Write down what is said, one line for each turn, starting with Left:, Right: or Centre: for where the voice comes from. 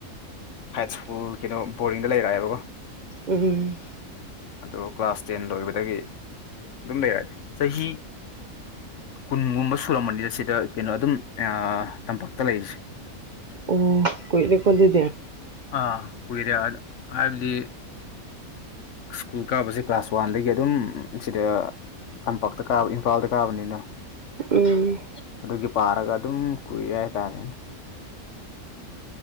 Left: ꯍꯥꯏꯠꯁ ꯁ꯭ꯀꯨꯜ ꯀꯩꯅꯣ ꯕꯣꯔꯗꯤꯡꯗ ꯂꯩꯔꯛꯑꯦꯕꯀꯣ
Right: ꯎꯝ
Left: ꯑꯗꯣ ꯀ꯭ꯂꯥꯁ ꯇꯦꯟ ꯂꯣꯏꯕꯗꯒꯤ ꯑꯗꯨꯝ ꯂꯩꯔꯛ ꯆꯍꯤ ꯀꯨꯟꯒꯨꯝꯕ ꯁꯨꯔꯝꯕꯅꯤꯗ ꯁꯤꯗ ꯀꯩꯅꯣ ꯑꯗꯨꯝ ꯑ ꯇꯝꯄꯛ ꯇꯂꯩꯁꯦ
Right: ꯑꯣ ꯀꯨꯏꯔꯦꯀꯣ ꯑꯗꯨꯗꯤ
Left: ꯑꯥ ꯀꯨꯏꯔꯦ ꯍꯥ ꯍꯥꯏꯕꯗꯤ ꯁ꯭ꯀꯨꯜ ꯀꯥꯕꯁꯦ ꯀ꯭ꯂꯥꯁ ꯋꯥꯟꯗꯒꯤ ꯑꯗꯨꯝ ꯁꯤꯗ ꯇꯝꯄꯥꯛꯇ ꯀꯥꯕ ꯏꯝꯐꯥꯜꯗ ꯀꯥꯕꯅꯤꯅ
Right: ꯎꯝ
Left: ꯑꯗꯨꯒꯤ ꯄꯥꯔꯒ ꯑꯗꯨꯝ ꯀꯨꯏꯔꯦ ꯍꯥꯏꯇꯥꯔꯦ